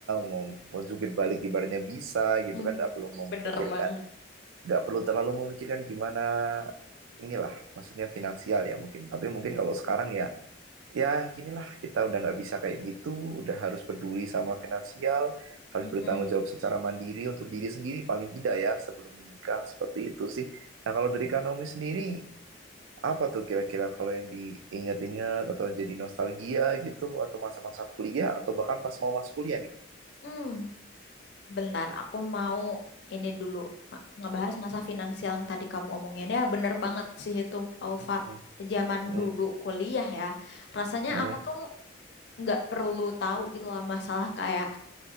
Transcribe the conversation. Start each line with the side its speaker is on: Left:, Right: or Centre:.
Right: mau mau jungkir balik ibaratnya bisa gitu
Left: Mhm.
Right: kan nggak perlu memikirkan
Left: Bener banget.
Right: nggak perlu terlalu memikirkan gimana inilah maksudnya finansial ya mungkin tapi mungkin kalau sekarang ya ya ginilah kita udah nggak bisa kayak gitu, udah harus peduli sama finansial, harus
Left: Mm-mm.
Right: bertanggung jawab secara mandiri untuk diri sendiri paling tidak ya sebelum menikah seperti itu sih. Nah kalau dari Kak Naomi sendiri apa tuh kira-kira kalau yang diingat-ingat atau jadi nostalgia gitu atau masa-masa kuliah atau bahkan pas mau masuk kuliah nih
Left: Hmm, bentar, aku mau ini dulu Ma- ngebahas masa finansial yang tadi kamu omongin ya. Bener banget sih itu, Alfa.
Right: Mm,
Left: Zaman
Right: mm,
Left: dulu kuliah ya, rasanya
Right: mm,
Left: aku tuh nggak perlu tahu gitu lah masalah kayak